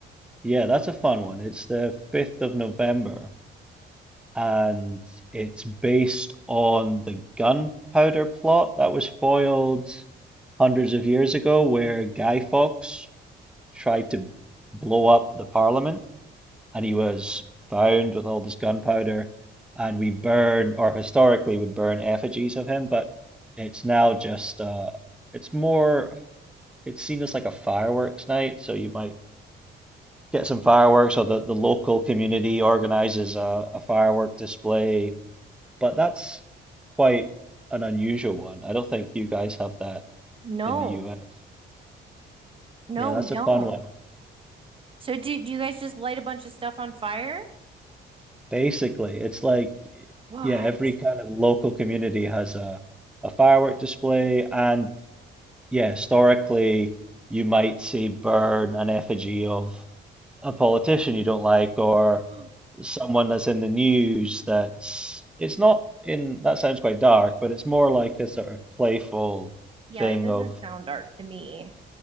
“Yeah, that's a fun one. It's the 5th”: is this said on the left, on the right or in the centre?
Centre